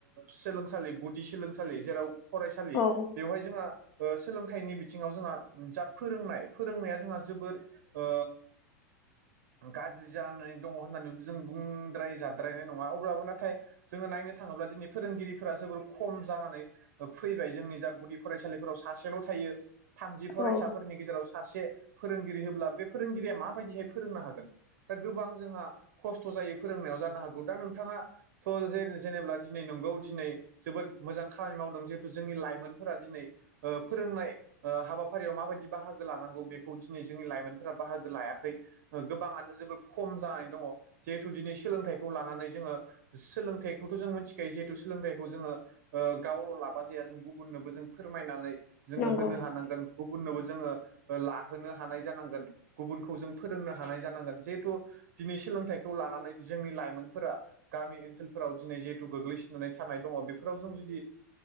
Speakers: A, on the right (about 65°); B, on the left (about 55°).
A: सोलोंसालि गुदि सोलोंसालि जेराव फरायसालि
B: औ
A: बेवहाय जोंहा सोलोंथाइनि बिथिङाव जोंहा जा फोरोंनाय फोरोंनाया जोंहा जबोद ओ गाज्रि जानानै दङ होननानै जों बुं द्राय जाद्रायनाय नङा अब्लाबो नाथाय जोङो नायनो थाङोब्ला दिनै फोरोंगिरिफोरा जोबोर खम जानानै फैबाय जोंनि जा गुदि फरायसालिफोराव सासेल' थायो थामजि फरायसाफोरनि
B: औ
A: गेजेरावसो सासे फोरोंगिरि होब्ला बे फोरोंगिरिया माबायदिहाय फोरोंनो हागोन दा गोबां जोंहा खस्थ' जायो फोरोंनायाव जानो हागौ दा नोंथाङा थ' ज जेनेबा दिनै नंगौ दिनै जोबोर मोजां खामानि मावदों जिहेथु जोंनि लाइमोनफोरा दिनै फोरोंनाय हाबाफारियाव माबायदि बाहागो लानांगौ बेखौ दिनै जोंनि लाइमोनफोरा बाहागो लायाखै गोबाङानो जोबोर खम जानानै दङ। जिहेथु दिनै सोलोंथाइखौ लानानै जोङो सोलोंथाइखौथ' जों मिथिखायो जिहेथु सोलोंथाइखौ जोङो गावल' लाबा जाया जों गुबुननोबो जों फोरमायनानै जोङो
B: नंगौ
A: होनो हानांगोन गुबुननोबो जोङो लाहोनो हानाय जानांगोन गुबुनखौ जों फोरोंनो हानाय जानांगोन जिहेथु दिनै सोलोंथाइ खौ लानानै जोंनि लाइमोनफोरा गामि ओनसोलफोराव दिनै जिहेथु गोग्लैसोनानै थानाय दङ बेफोराव जों जुदि